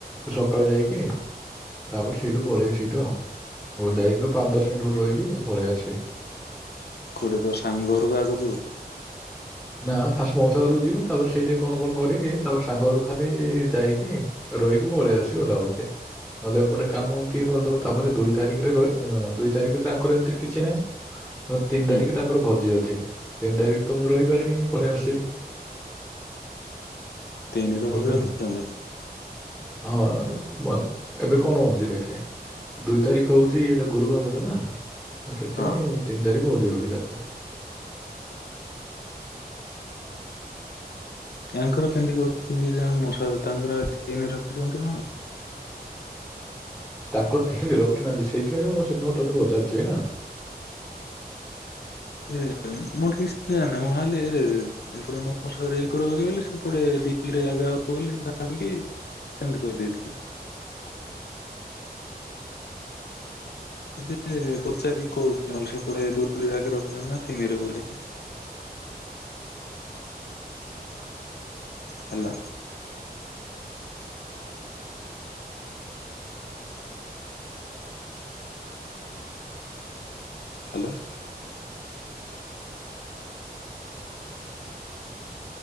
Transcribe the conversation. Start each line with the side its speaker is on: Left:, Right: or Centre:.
Centre: ସକାଳେ ଯାଇକି ତାପରେ ସେଇଠୁ ପଳେଇବି ସେଇଠୁ ଆଉ ଗୋଟେ ଯାଇକିରୁ ପାଞ୍ଚ ଦଶ ମିନିଟ୍ ଗୋଟେ ରହିକି ପଳେଇ ଆସିବି।
Left: କୋଉଠି ତ ସାଙ୍ଗ ଘରକୁ ଆଗ ଜିବୁ?
Centre: ନାଁ ଫାଷ୍ଟ ମଉସା ଘରକୁ ଯିବି ତାପରେ ସେଇଠି କଣ କଣ କରିକି ତାପରେ ସାଙ୍ଗଘରୁ ଖାଲି ଯାଇକି ରହିକି ପଳେଇ ଆସିବି <unintelligible> ନହେଲେ ଏପଟେ କାମ କିଏ କରିଦବ ତାପରେ ଦୁଇ ତାରିଖିରେ ର ଦୁଇ ତାରିଖିରେ ତାଙ୍କର ଏମିତିରେ କିଛି ନାହିଁ। ତର ତିନି
Left: ହୁଁ
Centre: ତାରିଖି ତାଙ୍କର ଭୋଜି ଅଛି ତିନି ତାରିଖି ତ ମୁଁ ରହିପାରିବିନି ପଳେଇ ଆସିବି।
Left: ତିନିରୁ ଭୋଜି
Centre: ବୁଝୁନ
Left: ରଖିଛନ୍ତି?
Centre: ହଁ ୱା ଏବେ କଣ ହଉଛି ଦେଖେ। ଦୁଇ ତାରିଖ ହଉଛି ଏଇଟା ଗୁରୁବାରଟା ନା ତ ସେଥିପାଇଁ
Left: ହଁ।
Centre: ତିନି ତାରିଖ ଭୋଜି ରଖି ଛନ୍ତି।
Left: ତାଙ୍କର କେମିତି କରୁଛନ୍ତି ଜଣେ ମଶା ତାଙ୍କର ଏତିନ ରଖିଛନ୍ତି କଣ?
Centre: ତାଙ୍କର ତିଇନି ରଖିନାହାନ୍ତି ସେଇଥିପାଇଁ ତ ମୁଁ ସେଦିନ ତୋତେ ପଚାରୁଥିଲି ନା?
Left: ଏରେ <unintelligible> ଏରେ। ଏପଟେ ମଉଷାରେ ଏକରେ‌ ହଉଛି ବୋଲି ସେପଟେ ଦିରେ ଜାଗା ହଉଥିବ ବୋଲି ଭାବିକି ସେମିତି କହିଦେଇଥିଲେ। ଯେ ପଚାରି କହୁଛି ନହେଲେ ସେପଟେ ଦୁଇ ଆକେ ରଖିଛନ୍ତି ନା ତିନି ରେ ବୋଲି। ହେଲା। ହ୍ୟାଲୋ।